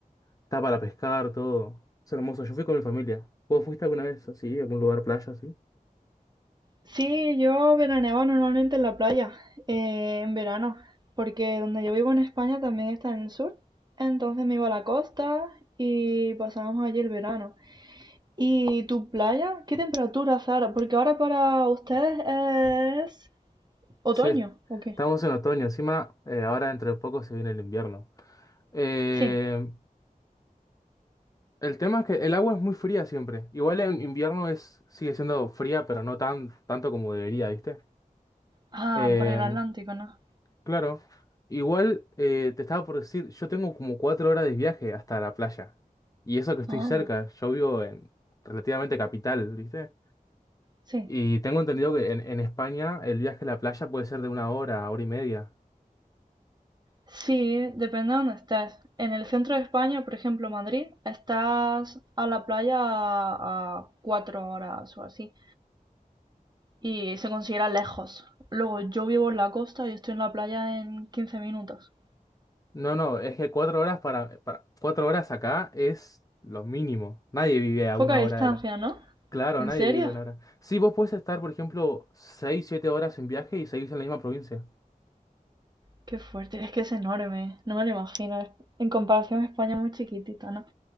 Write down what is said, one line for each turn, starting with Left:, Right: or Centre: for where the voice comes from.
Left: está para pescar, todo. Es hermoso, yo fui con mi familia. ¿Vos fuiste alguna vez así, a algún lugar playa así?
Right: Sí, yo veraneaba normalmente en la playa, eh, en verano, porque donde yo vivo en España también está en el sur. Entonces me iba a la costa y pasábamos allí el verano. ¿Y tu playa? ¿Qué temperatura, Sara? Porque ahora para ustedes es ¿Otoño
Left: Sí,
Right: o qué?
Left: estamos en otoño, encima eh, ahora dentro de poco se viene el invierno. Eh,
Right: Sí.
Left: El tema es que el agua es muy fría siempre. Igual en invierno es, sigue siendo fría, pero no tan, tanto como debería, ¿viste?
Right: Ah,
Left: Eh,
Right: para el Atlántico, ¿no?
Left: claro. Igual eh, te estaba por decir, yo tengo como cuatro horas de viaje hasta la playa. Y eso que estoy
Right: Ah,
Left: cerca, yo vivo en relativamente capital, ¿viste?
Right: Sí.
Left: Y tengo entendido que en, en España el viaje a la playa puede ser de una hora, hora y media.
Right: Sí, depende de dónde estés. En el centro de España, por ejemplo, Madrid, estás a la playa a, a cuatro horas o así. Y se considera lejos. Luego yo vivo en la costa y estoy en la playa en 15 minutos.
Left: No, no, es que cuatro horas para, para cuatro horas acá es lo mínimo. Nadie vive a
Right: Poca
Left: una
Right: distancia,
Left: hora de la,
Right: ¿no?
Left: Claro,
Right: ¿En
Left: nadie
Right: serio?
Left: vive en Ara. Sí, vos puedes estar, por ejemplo, 6, 7 horas en viaje y seguís en la misma provincia.
Right: Qué fuerte, es que es enorme. No me lo imagino. En comparación a España, muy chiquitita, ¿no?